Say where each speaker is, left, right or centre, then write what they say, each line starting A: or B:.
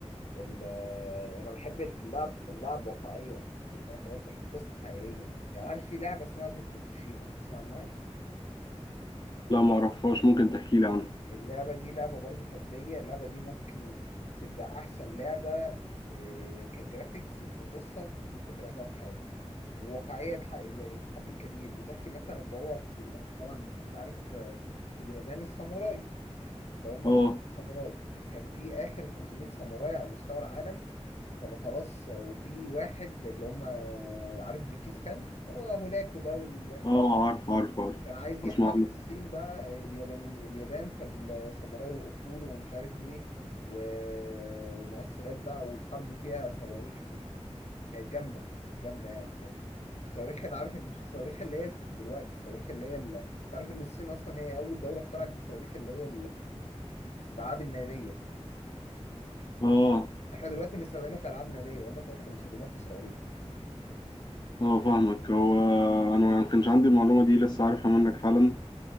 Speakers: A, on the left; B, on the left.
A: ال أنا بحب في اللعب تكون لعب واقعية اللي هو بتحكي قصة حقيقية يعني عارف في لعبة اسمها جوست اوف تشيما تسمع عنها؟
B: لا معرفهاش ممكن تحكيلي عنها
A: اللعبة دي لعبة برضو فردية اللعبة دي ممكن تبقى أحسن لعبة إيه، كجرافيكس وكقصة ممكن تلعبها في حياتك وواقعية بح- لحد كبير بتحكي مثلا اللي هو طبعا مش عارف آه، في اليابان الساموراي فهم
B: آه
A: ساموراي كان في اخر 500 ساموراي على مستوى العالم كانوا خلاص وفي واحد اللي هم عارف جنكيز خان هو هناك وده وال-
B: آه عارف عارف عارف
A: كان عايز يحتل
B: أسمع عنها
A: الصين بقى الياباني اليابان فالساموراي وقفوا له ومش عارف ايه ومؤثرات بقى والحرب فيها صواريخ ومش- كانت جامده كانت جامده يعني ساعتها الصواريخ اللي عارف مش الصواريخ اللي هي في دلوقتي الصواريخ اللي هي اللي تعرف ان الصين اصلا هي اول دوله اخترعت الصواريخ اللي هي الالعاب الناريه عارف
B: آه
A: احنا دلوقتي بنستخدمها كألعاب نارية هم ساعتها كانوا بيستخدموها كصواريخ
B: اه فاهمك هو انا ما كانش عندي المعلومه دي لسه عارفها منك حالا